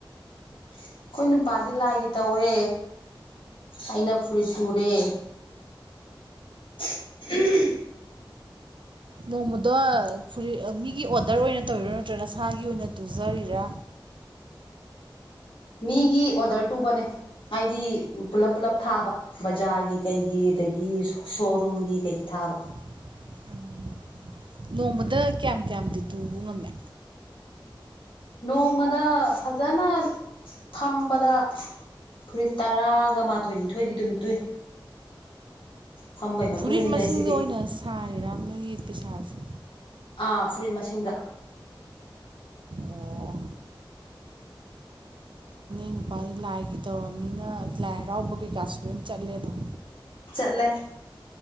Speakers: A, on the left (about 75°); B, on the right (about 70°).
A: ꯑꯩꯈꯣꯏ ꯅꯨꯄꯥꯗꯤ ꯂꯥꯏꯒꯤ ꯇꯧꯋꯦ ꯑꯩꯅ ꯐꯨꯔꯤ ꯇꯨꯔꯦ <unintelligible>
B: ꯅꯣꯡꯃꯗꯣ ꯐꯨꯔꯤꯠ ꯃꯤꯒꯤ ꯑꯣꯗꯔ ꯑꯣꯏꯅ ꯇꯧꯔꯤꯔꯣ ꯅꯠꯇ꯭ꯔꯒꯅ ꯁꯥꯒꯤ ꯑꯣꯏꯅ ꯇꯨꯖꯔꯤꯔꯥ
A: ꯃꯤꯒꯤ ꯑꯣꯗꯔ ꯇꯨꯕꯅꯦ ꯍꯥꯏꯗꯤ ꯄꯨꯂꯞ ꯄꯨꯂꯞ ꯊꯥꯕ ꯕꯖꯥꯔꯒꯤ ꯀꯩꯒꯤ ꯑꯗꯒꯤ ꯁꯣꯔꯨꯝꯒꯤ ꯀꯩ ꯊꯥꯕ
B: ꯎꯝ ꯅꯣꯡꯃꯗ ꯀꯌꯥꯝ ꯀꯌꯥꯝꯗꯤ ꯇꯨꯕ ꯉꯝꯃꯦ
A: ꯅꯣꯡꯃꯗ ꯐꯖꯅ ꯄꯝꯕꯗ ꯐꯨꯔꯤꯠ ꯇꯔꯥꯒ ꯃꯥꯊꯣꯏꯅꯤꯊꯣꯏꯗꯤ ꯑꯗꯨꯝ ꯇꯨꯏ ꯐꯝꯕꯩ ꯃꯇꯨꯡ
B: ꯐꯨꯔꯤꯠ
A: ꯏꯜꯂꯦ
B: ꯃꯁꯤꯡꯗ
A: ꯁꯤꯗꯤ
B: ꯑꯣꯏꯅ ꯁꯥꯔꯤꯔꯥ ꯅꯣꯏꯒꯤ ꯄꯩꯁꯥꯁꯦ
A: ꯑꯥ ꯐꯨꯔꯤꯠ ꯃꯁꯤꯡꯗ
B: ꯑꯣ ꯑꯩ ꯅꯨꯄꯥꯗꯤ ꯂꯥꯏꯒꯤ ꯇꯧꯔꯕꯅꯤꯅ ꯂꯥꯏ ꯍꯔꯥꯎꯕ ꯀꯩꯀꯥꯁꯨ ꯂꯣꯏ ꯆꯠꯂꯦ ꯑꯗꯨꯝ
A: ꯑꯂꯦ